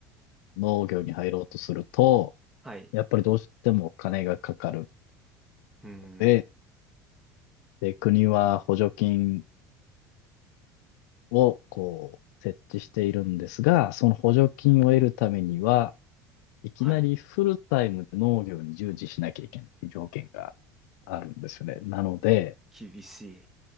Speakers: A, on the left; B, in the centre.
A: 農業に入ろうとすると、
B: はい。
A: やっぱりどうしても金がかかる
B: うん。
A: ので、で、国は補助金をこう設置しているんですが、その補助金を得るためには、いきなりフルタイムで農業に従事しなきゃいけないっていう条件があるんですよね。
B: はい。
A: なので、
B: 厳しい。